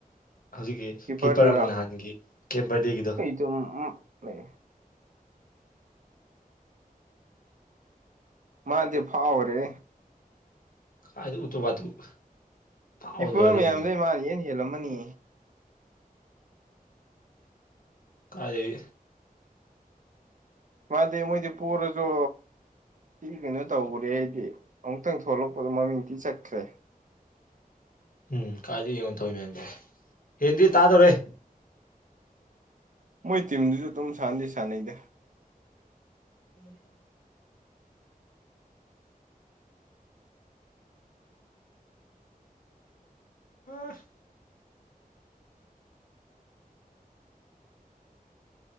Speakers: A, on the left; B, on the right.
A: ꯍꯧꯖꯤꯛꯀꯤ
B: ꯀꯤꯞꯄꯔꯗꯨꯔꯣ
A: ꯀꯤꯞꯄꯔ ꯑꯃ ꯅꯍꯥꯟꯒꯤ ꯀꯦꯝꯕꯔꯗꯦꯒꯤꯗꯣ
B: <inaudible> ꯃꯥꯗꯤ ꯐꯥꯎꯔꯦ
A: <inaudible> ꯐꯥꯎꯅ
B: ꯀꯤꯞꯄꯔ
A: ꯂꯣꯏꯔꯦ
B: ꯃꯌꯥꯝꯗꯩ
A: ꯀꯩꯅꯣ
B: ꯃꯥꯅ ꯏꯍꯦꯟ ꯍꯦꯜꯂꯝꯃꯅꯤ
A: ꯀꯥꯢꯗꯩ
B: ꯃꯥꯗꯤ ꯃꯣꯏꯗꯤ ꯄꯣꯔꯥꯖꯨ ꯇꯤ ꯀꯩꯅꯣ ꯇꯧꯈꯔꯦ ꯍꯥꯏꯗꯤ ꯑꯃꯨꯛꯇꯪ ꯊꯣꯛꯂꯛꯄꯗꯣ ꯃꯃꯤꯡꯇꯤ ꯆꯠꯈ꯭ꯔꯦ
A: ꯎꯝ ꯀꯥꯏꯗꯤ ꯌꯦꯡꯉꯣꯟ ꯇꯧꯔꯤ ꯃꯌꯝꯁꯦ ꯍꯦꯟꯗꯤ ꯇꯥꯗꯣꯔꯦ
B: ꯃꯣꯏ ꯇꯤꯝꯗꯨꯁꯨ ꯑꯗꯨꯝ ꯁꯥꯟꯅꯗꯤ ꯁꯥꯟꯅꯩꯗ
A: ꯎꯝ <inaudible> ꯍꯐ <inaudible>